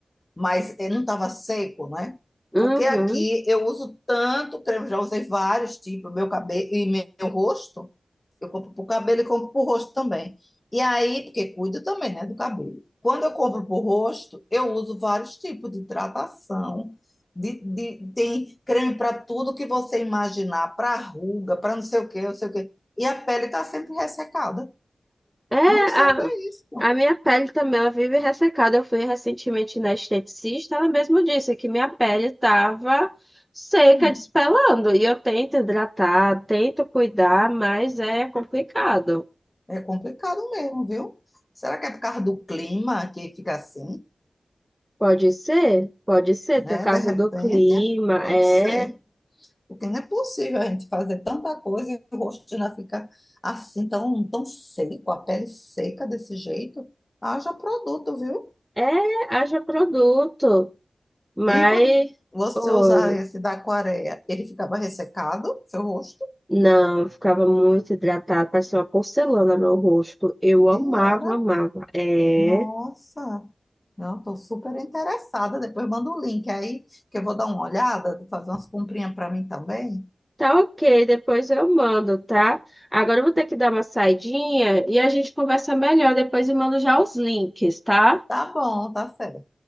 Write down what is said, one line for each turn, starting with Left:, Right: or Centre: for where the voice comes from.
Left: mas ele não estava seco, né?
Centre: Uhum.
Left: Porque aqui eu uso tanto creme, já usei vários tipos, meu cabelo e meu rosto. Eu compro para o cabelo e compro para o rosto também. E aí, porque cuido também, né, do cabelo. Quando eu compro para o rosto, eu uso vários tipos de hidratação. de- de- tem creme para tudo que você imaginar, para ruga, para não sei o quê, não sei o quê. E a pele está sempre ressecada.
Centre: É, a,
Left: Não sei o que é isso.
Centre: a minha pele também, ela vive ressecada. Eu fui recentemente na esteticista, ela mesmo disse que minha pele tava seca,
Left: Hum.
Centre: despelando. E eu tento hidratar, tento cuidar, mas é complicado.
Left: É complicado mesmo, viu? Será que é por causa do clima que fica assim,
Centre: Pode ser, pode ser,
Left: né?
Centre: por causa
Left: De repente,
Centre: do clima,
Left: pode
Centre: é,
Left: ser. Porque não é possível a gente fazer tanta coisa e o rosto já fica assim, tão, tão seco, a pele seca desse jeito. Haja produto, viu?
Centre: é, haja produto, mas,
Left: E quando você
Centre: oi,
Left: usar esse da aquareia, ele ficava ressecado, seu rosto?
Centre: não, eu ficava muito hidratada, parecia uma porcelana no rosto, eu amava,
Left: E era.
Centre: amava, é...
Left: Nossa! Não, estou super interessada. Depois manda o link aí, que eu vou dar uma olhada, fazer umas comprinhas para mim também.
Centre: Tá ok, depois eu mando, tá? Agora eu vou ter que dar uma saidinha e a gente conversa melhor depois e mando já os links, tá?
Left: Tá bom, tá certo.